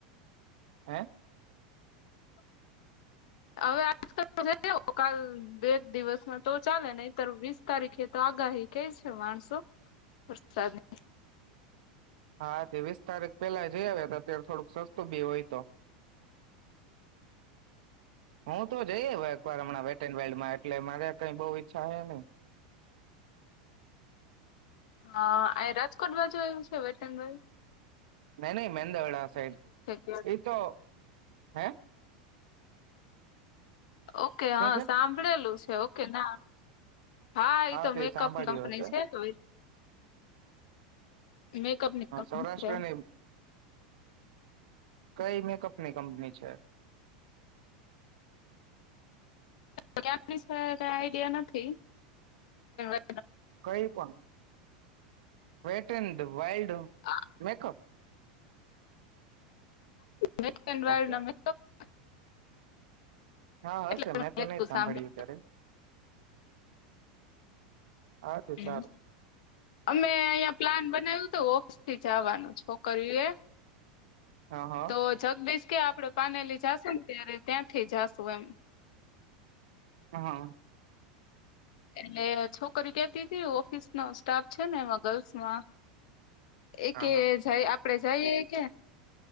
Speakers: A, on the right; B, on the left.
A: હે
B: હવે આજકાલ જે આવો બે દિવસમાં તો ચાલે નહિતર વીસ તારીખે તો આગાહી કેય છે માણસો વરસાદની
A: હા તે વીસ તારીખ પેલા જઈ આવ્યા હતા અત્યારે થોડુંક સસ્તું બી હોય તો હું તો જઈ આયવો એકવાર હમણાં વે વેર્લ્ડમાં એટલે મારે કઈ બઉુ ઈચ્છા હોય ને
B: હા એ રાજકોટ બાજુ આયવું છે કેતનભાઈ
A: નય નય મેંદરડા સાઈડ
B: ક્યાંક
A: એ તો હે
B: ઓકે
A: શું
B: હા
A: કે
B: સાંભળેલું. ઓકેના. હા એ તો
A: તે
B: મેકઅપ
A: સાંભળ્યું
B: કંપની
A: હશે
B: છે તો, મેકઅપની કંપની
A: સૌરાષ્ટ્રની
B: છે.
A: કઈ મેકઅપ ની કંપની છે?
B: ની કઈ આઈડિયા નથી, વ
A: કઈ પણ, વેટ એન્ડ વાઇલ્ડ
B: આવે
A: મેકઅપ.
B: ડર્ડ
A: ઓકે
B: <unintelligible>
A: હા હશે
B: હભ
A: મેં તો નહી સાંભળ્યું ક્યારે હા તે સારું
B: હ અમે અહંયા પ્લાન બનાવ્યું હતું <unintelligible> થી જવાનું છોકરી એ
A: હા હા
B: તો જગ બેસ કે આપડે પાનેલી જાશુ ને ત્યારે ત્યાંથી જાશુ એમ.
A: હા.
B: એટલે છોકરી કેતી હતી ઓફિસનો સ્ટાફ છે ને એમાં ગલ્સમાં. એ
A: હા
B: કે જ આપડે જઈએ કે?